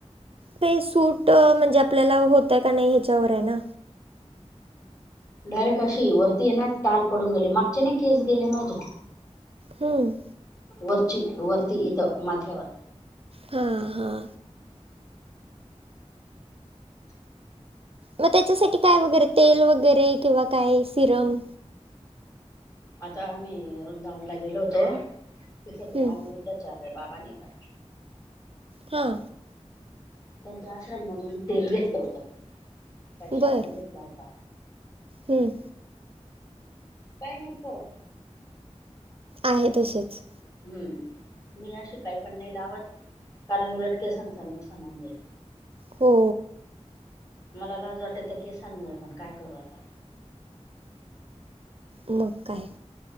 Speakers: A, on the right (about 55°); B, on the left (about 30°).
A: ते सूट म्हणजे आपल्याला होतय का नाही ह्याच्यावर आहे ना.
B: डायरेक्ट अशी वरती ये ना टाल पडून गेली मागचे नाही केस गेले माझे.
A: हम्म
B: वरची वरती इथ माथ्यावर.
A: हां हां मग त्याच्यासाठी काय वगैरे तेल वगैरे किंवा काय सिरम.
B: आता आम्ही वृंदावनला गेलो होतो तिथ ते
A: हम्म
B: अनिरुद्धाचे बाबा नाही का
A: हां
B: त्यांच्या आश्रम मधून तेल घेतल होत का शॅम्पू
A: बर
B: घेतला होता.
A: हम्म
B: काही नाहीत करत.
A: आहे तसेच.
B: हम्म मी अशी काही पण नाही लावत कारण उलट केसांच नुकसान होऊन जाईल.
A: हो
B: मला लाज वाटते त्या केसांमुळ पण काय करू आता.
A: मग काय?